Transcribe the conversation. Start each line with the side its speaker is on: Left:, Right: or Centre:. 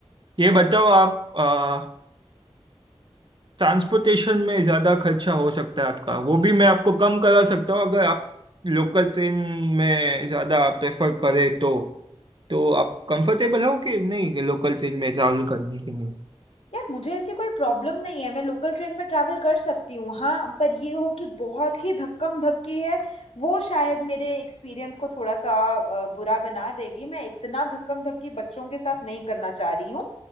Right: ये बताओ आप ट्रांसपोर्टेशन में ज़्यादा खर्चा हो सकता है आपका वो भी मैं आपको कम करवा सकता हूँ अगर आप लोकल ट्रेन में ज़्यादा प्रेफर करें तो तो आप कंफर्टेबल हो कि नहीं कि लोकल ट्रेन में ट्रैवल करने के लिए
Left: यार मुझे ऐसी कोई प्रॉब्लम नहीं है मैं लोकल ट्रेन में ट्रैवल कर सकती हूँ हाँ पर ये हो कि बहुत ही धक्कम धक्की है वो शायद मेरे एक्सपीरियंस को थोड़ा सा अ, बुरा बना देगी मैं इतना धक्कम धक्की बच्चों के साथ नहीं करना चाह रही हूँ